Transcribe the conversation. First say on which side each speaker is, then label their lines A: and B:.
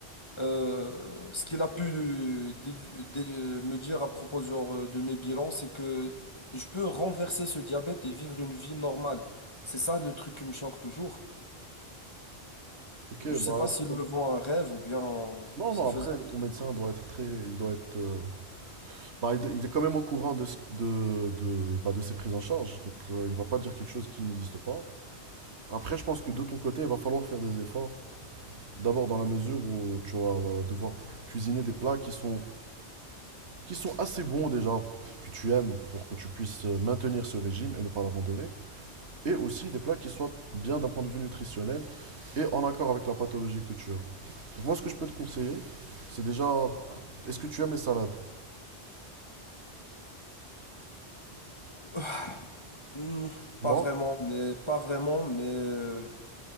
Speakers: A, on the left; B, on the right.
A: Euh, ce qu'il a pu euh, dédu- dé- euh, me dire à propos genre, euh, de mes bilans, c'est que je peux renverser ce diabète et vivre une vie normale. C'est ça le truc qui me choque toujours.
B: Ok,
A: Je sais
B: bah
A: pas
B: alors.
A: s'il me vend un rêve ou bien
B: Non,
A: c'est
B: non,
A: faisable.
B: après, ton médecin doit être très. Il doit être. euh, Bah, il il est quand même au courant de, ce- de, de, bah, de ses prises en charge. Donc, euh, il va pas dire quelque chose qui n'existe pas. Après, je pense que de ton côté, il va falloir faire des efforts. D'abord, dans la mesure où tu vas euh, devoir cuisiner des plats qui sont, qui sont assez bons déjà, que tu aimes, pour que tu puisses euh, maintenir ce régime et ne pas l'abandonner. et aussi des plats qui soient bien d'un point de vue nutritionnel et en accord avec la pathologie que tu as. Donc moi, ce que je peux te conseiller, c'est déjà, est-ce que tu aimes les salades?
A: <laughs> Hmm,
B: Non?
A: pas vraiment, mais pas vraiment, mais euh,